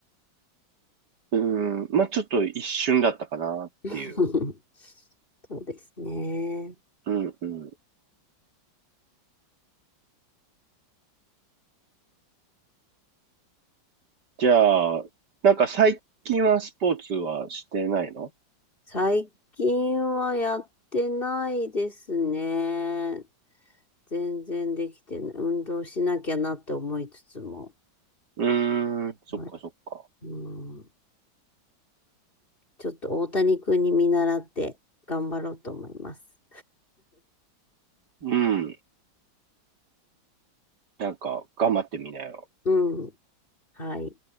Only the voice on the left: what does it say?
<laughs> そうですね。
最近はやってないですね。全然できてない。運動しなきゃなって思いつつも。
はい、うん、ちょっと大谷君に見習って頑張ろうと思います。
うん。はい。